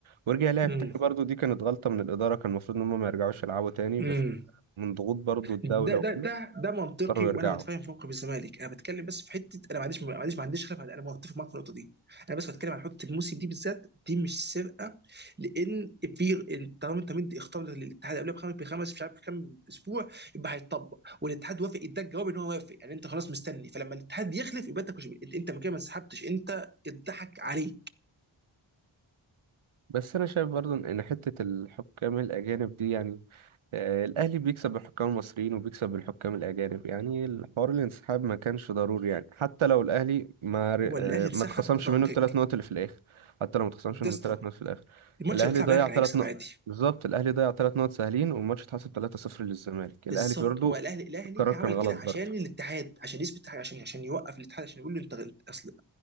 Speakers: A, on the right; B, on the right.
A: ورجع لعب
B: امم
A: تاني برضه دي كانت غلطة من الإدارة كان المفروض إن هم ما يرجعوش يلعبوا تاني بس
B: امم
A: من ضغوط برضه الدولة
B: ده
A: وكده
B: ده ده ده منطقي
A: اضطروا
B: وانا
A: يرجعوا
B: متفاهم في موقف الزمالك انا بتكلم بس في حته انا ما عنديش ما عنديش ما عنديش خلاف انا متفق معاك في النقطه دي انا بس بتكلم عن حته الموسم دي بالذات دي مش سرقه لان في طالما انت مدي اختار للاتحاد قبلها بخمس بخمس مش عارف كام اسبوع يبقى هيتطبق والاتحاد وافق اداك جواب ان هو وافق يعني انت خلاص مستني فلما الاتحاد يخلف يبقى انت مش انت أنت من كده ما انسحبتش انت اتضحك عليك
A: بس أنا شايف برضه إن حتة الحكام الأجانب دي يعني آه، الأهلي بيكسب الحكام المصريين وبيكسب الحكام الأجانب يعني الحوار الانسحاب ما كانش ضروري يعني حتى لو الأهلي ما ر-
B: هو
A: آه،
B: الاهلي انسحب
A: ما اتخصمش
B: ضوكك
A: منه الثلاث نقط اللي في الآخر حتى لو ما اتخصمش
B: ده
A: منه
B: اسطى
A: الثلاث نقط في الآخر
B: الماتش
A: الأهلي
B: اللي بيتلعب
A: ضيع
B: الاهلي كان
A: ثلاث
B: هيكسب
A: نقط
B: عادي
A: بالظبط الأهلي ضيع ثلاث نقط سهلين والماتش اتحسب 3-0 للزمالك الأهلي
B: بالظبط
A: برضه
B: هو الاهلي الاهلي
A: القرار كان
B: عمل كده
A: غلط
B: عشان
A: برضه
B: الاتحاد عشان يثبت حاجه عشان عشان يوقف الاتحاد عشان يقول له انت أنت- اصل